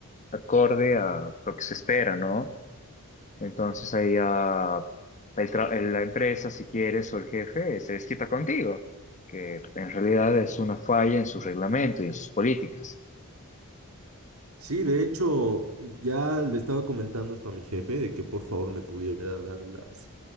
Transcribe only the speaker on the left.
acorde a lo que se espera, ¿no? Entonces ahí ya el tra- el- la empresa, si quieres, o el jefe, eh, se desquita contigo, que en realidad es una falla en su reglamento y en sus políticas.